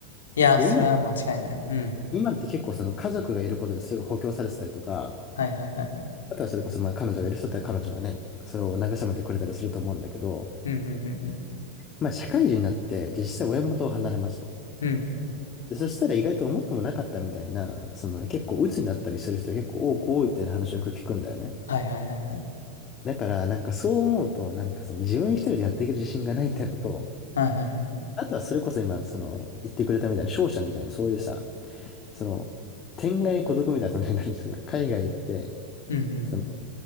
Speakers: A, on the left; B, on the left.
A: いや、
B: で、
A: それは間違いない。
B: 今って、
A: うん。
B: 今って結構その家族がいることでそれが補強されてたりとか、
A: はいはいはいはい。
B: あとはそれこそまあ彼女がいる人だったら彼女がね、それを慰めてくれたりすると思うんだけど、
A: うんうんうんうん。
B: まあ社会人になって、じゃあ実際親元を離れますと。
A: うん。
B: で、そしたら意外と思ってもなかったみたいな、その結構鬱になったりする人が結構多く多いっていう話をよく聞くんだよね。
A: はいはいはいはい。
B: だから、なんかそう思うと、なんかその自分一人でやっていける自信がないってのと、
A: はいはいはいはい。
B: あとはそれこそ今、その、言ってくれたみたいな、商社みたいな、そういうさ、その、天涯孤独みたいな、その、何、その、海外行って、
A: うんうん。
B: その、